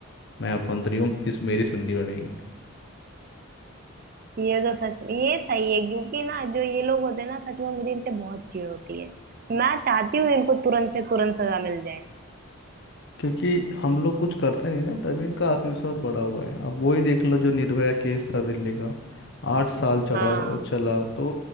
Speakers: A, on the left (about 55°); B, on the right (about 40°).
A: मैं अपंतरी हूँ इस मेरी सुननी पड़ेगी
B: ये तो सच ये सही है क्योंकि ना जो ये लोग होते हैं ना सच में मुझे इनसे बहुत चिढ़ होती है मैं चाहती हूँ इनको तुरंत से तुरंत सजा मिल जाए
A: क्योंकि हम लोग कुछ करते नहीं ना तभी इनका आत्मविश्वास बढ़ा हुआ है अब वही देख लो जो निर्भया केस था दिल्ली का आठ साल चढ़ा
B: हाँ
A: हुआ- चला तो